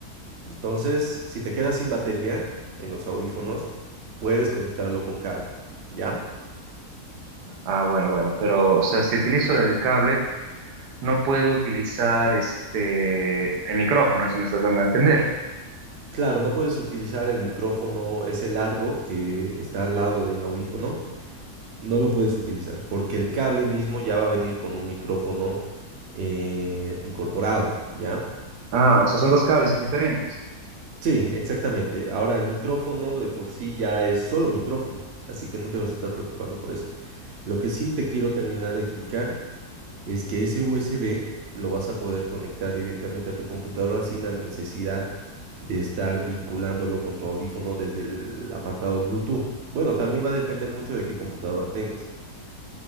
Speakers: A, on the right (about 55°); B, on the right (about 85°).
A: Entonces, si te quedas sin batería en los audífonos, puedes conectarlo con cable, ¿ya?
B: Ah, bueno, bueno, pero, o sea, si utilizo el cable, no puedo utilizar este, el micrófono, si me estás dando a entender.
A: Claro, no puedes utilizar el micrófono ese largo que está al lado del audífono, no lo puedes utilizar, porque el cable mismo ya va a venir con un micrófono eh, incorporado, ¿ya?
B: Ah, o sea, son dos cables diferentes.
A: Sí, exactamente. Ahora el micrófono de por sí ya es solo micrófono, así que no te vas a estar preocupando por eso. Lo que sí te quiero terminar de explicar es que ese USB lo vas a poder conectar directamente a tu computadora sin la necesidad de estar vinculándolo con tu audífono desde el apartado Bluetooth. Bueno, también va a depender mucho de qué computadora tengas.